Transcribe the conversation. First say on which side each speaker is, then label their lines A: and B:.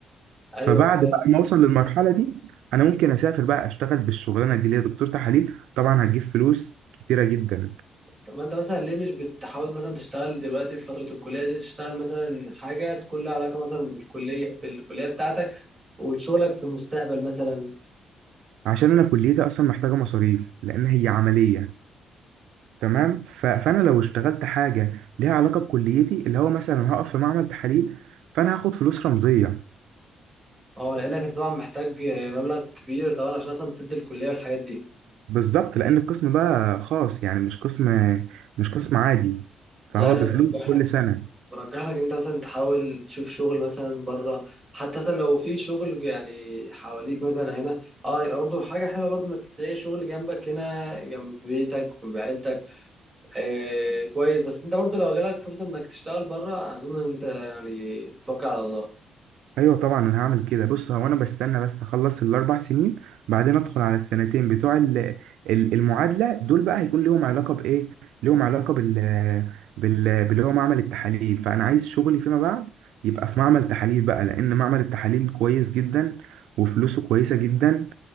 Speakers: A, on the right; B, on the right.
A: ايوه
B: فبعد
A: فاهم
B: بقى ما اوصل للمرحله دي انا ممكن اسافر بقى اشتغل بالشغلانه دي اللي هي دكتور تحاليل طبعا هتجيب فلوس كتيره جدا
A: طب ما انت مثلا ليه مش بتحاول مثلا تشتغل دلوقتي في فترة الكلية دي تشتغل مثلا حاجة تكون لها علاقة مثلا بالكلية بالكلية بتاعتك وشغلك في المستقبل مثلا
B: عشان انا كليتي اصلا محتاجه مصاريف لان هي عمليه تمام ف... فانا لو اشتغلت حاجه ليها علاقه بكليتي اللي هو مثلا هقف في معمل تحاليل فانا هاخد فلوس رمزيه
A: اه لانك انت طبعا محتاج مبلغ كبير طبعا عشان اصلا تسد الكلية والحاجات دي
B: بالظبط لان القسم ده خاص يعني مش قسم مش قسم عادي فهو
A: لا انا
B: بفلوس
A: برجح
B: كل
A: لك
B: سنه
A: برجح لك انت مثلا تحاول تشوف شغل مثلا بره حتى مثلا لو في شغل يعني حواليك مثلا هنا اه برضه حاجة حلوة برضه انك تلاقي شغل جنبك هنا جنب بيتك وجنب عيلتك آه كويس بس انت برضه لو جالك فرصه انك تشتغل بره اظن ان انت يعني توكل على الله
B: ايوه طبعا انا هعمل كده بص هو انا بستنى بس اخلص الاربع سنين بعدين ادخل على السنتين بتوع ال- ال- المعادله دول بقى هيكون ليهم علاقه بايه ليهم علاقه بال بال باللي هو معمل التحاليل فانا عايز شغلي فيما بعد يبقى في معمل تحاليل بقى لان معمل التحاليل كويس جدا وفلوسه كويسه جدا